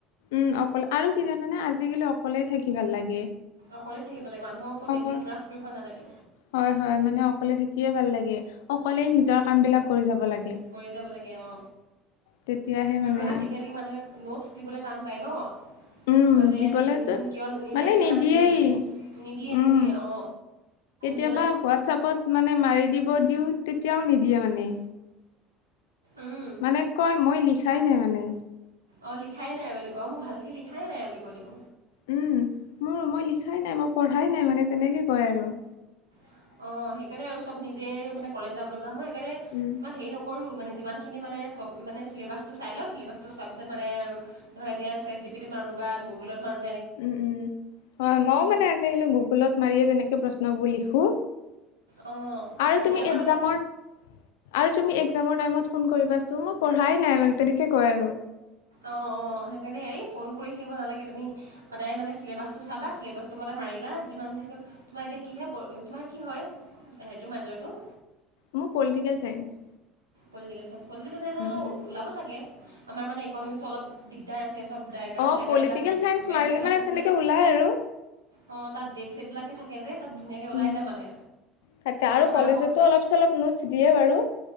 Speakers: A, on the left; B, on the right.
A: উম অকল আৰু কি জানানে আজিকালি অকলেই থাকি ভাল লাগে।
B: অকলে থাকিব লাগে। মানুহৰ ওপৰত বেছি
A: অকল
B: ট্ৰাষ্ট কৰিব নালাগে
A: হয় হয় মানে অকলে থাকি - কৰিয়ে ভাল লাগে অকলে নিজৰ কাম বিলাক কৰি যাব লাগে
B: কৰি যাব লাগে অ
A: তেতিয়াহে মানে
B: আৰু আজিকালি মানে নোটছ দিবলৈ টান পাই ন।
A: উম।
B: অ যে
A: দিবলেতো
B: কিয় নিজে
A: মানে
B: কিয়
A: নিদিয়েই
B: নাহিলে বুলি নিদিয়ে
A: উম।
B: নিদিয়ে অ যে নি।
A: কেতিয়াবা হোৱাটছআপত মানে মাৰি দিব দিওঁ তেতিয়াও নিদিয়ে মানে।
B: উম
A: মানে কয় মই লিখাই নাই মানে।
B: অ লিখাই নাই বুলি কয় মোৰ ভালকে লিখাই নাই বুলি কৈ দিব।
A: উম মোৰ মই লিখাই নাই মই পঢ়াই নাই মানে তেনেকে কয় আৰু।
B: অ সেইকাৰণে আৰু চব নিজে মানে কলেজ যাব লগা হয় মই সেইকাৰণে
A: উম,
B: ইমান হেৰি নকৰো। মানে যিমান খিনি মান মানে চিলেবাচ টো চাই লওঁ চিলেবাচ টো চোৱা পিছত মানে আৰু ধৰা এতিয়া চেট জিপিতি মাৰো। ৰ বা গুগলত মাৰো।
A: উম উম হয় মইো মানে আজিকালি গুগলত মাৰিয়ে তেনেকে প্ৰশ্নবোৰ লিখোঁ।
B: অঁ তেনেকৈ
A: আৰু তুমি
B: আমাৰ
A: একজামৰ
B: মানে
A: আৰু তুমি একজাম। টেমৰ টাইমত ফন কৰিবাচোন মোৰ পঢ়াই নাই মা তেনেকে কয় আৰু।
B: অ অ। অ সেইকাৰণে এই ফোন কৰি থাকিব নালাগে তুমি সদায় মানে চিলেবাচটো চাবা চেলেবাচ টো মতে মাৰিবা যিমান। তোমাৰ এতিয়া কিহে তোমাৰ কি হয় হেটো মাজৰটো।
A: মোৰ political science.
B: Political science political science
A: উম,
B: তো
A: উম।
B: ওলাব চাগে আমাৰ মানে ইকনমিক্সটো অলপ দিগদাৰ আছে ড্ৰাইগাম
A: অ',
B: চাইগ্ৰাম
A: পলিটিকেল
B: বিলাক
A: চাইন্স
B: মেছ‌
A: মাৰিলে
B: বিলাক
A: মানে
B: আছে
A: তেনেকে
B: যে
A: ওলাই আৰু।
B: অ তাত ডেট চেট বিলাক থাকে যে তাত ধুনীয়াকৈ ওলাই
A: উম
B: যায় মানে
A: তাকে আৰু
B: আমাৰ
A: কলেজতো
B: আকৌ
A: অলপ চলপ নোটছ দিয়ে বাৰু